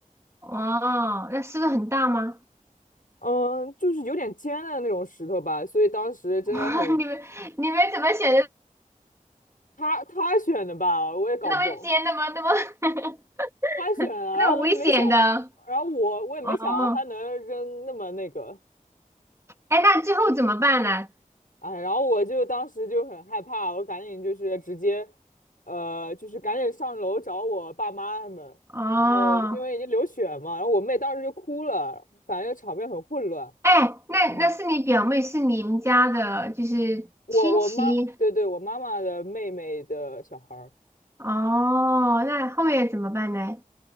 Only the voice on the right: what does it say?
哇，那是个很大吗？
<laughs> 哇你们你们怎么选的
那么尖的吗？那么
<laughs> 那么危险的
哦？哎，那最后怎么办呢？
哦，
哎，那那是你表妹，
是你们家的，就是亲戚
哦。那后面怎么办呢？